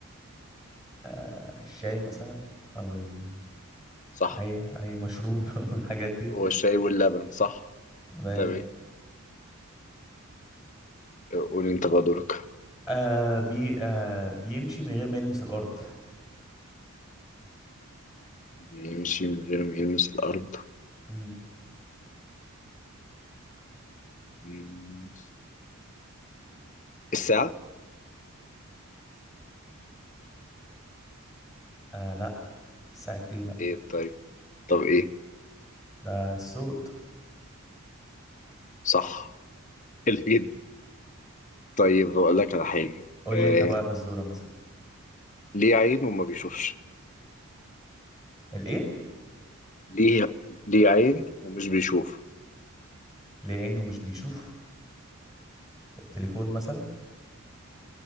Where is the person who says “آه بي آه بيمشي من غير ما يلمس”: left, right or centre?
Centre